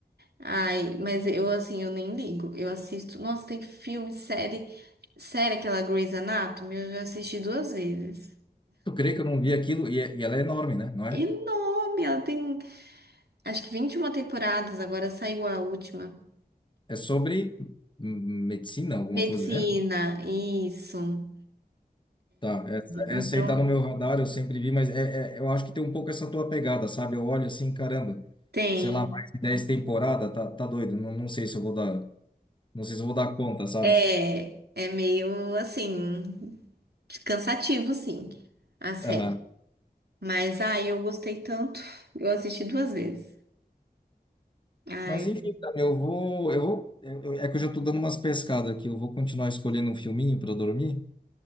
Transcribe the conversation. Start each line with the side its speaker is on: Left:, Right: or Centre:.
Right: Ai, mas eu assim, eu nem ligo. Eu assisto. Nossa, tem filme, série. Série, aquela Grey's Anatomy, eu já assisti duas vezes.
Left: Tu crê que eu não vi aquilo? E, é- e ela é enorme, né? Não é?
Right: Enorme! Ela tem acho que 21 temporadas, agora saiu a última.
Left: É sobre hum, medicina, alguma
Right: Medicina,
Left: coisa do gênero?
Right: isso.
Left: Tá, essa, essa
Right: Então,
Left: aí tá no meu radar, eu sempre vi, mas é, é- eu acho que tem um pouco essa tua pegada, sabe? Eu olho assim, caramba,
Right: tem.
Left: sei lá, mais de 10 temporadas, tá, tá doido, não, não sei se eu vou dar, não sei se eu vou dar conta, sabe?
Right: É, é meio assim, cansativo, sim. A série.
Left: Aham.
Right: Mas, ai, eu gostei tanto. Eu assisti duas vezes. Ai,
Left: Mas enfim, cara, eu vou, eu vou, eu- eu- é que eu já tô dando umas pescadas aqui, eu vou continuar escolhendo um filminho pra eu dormir,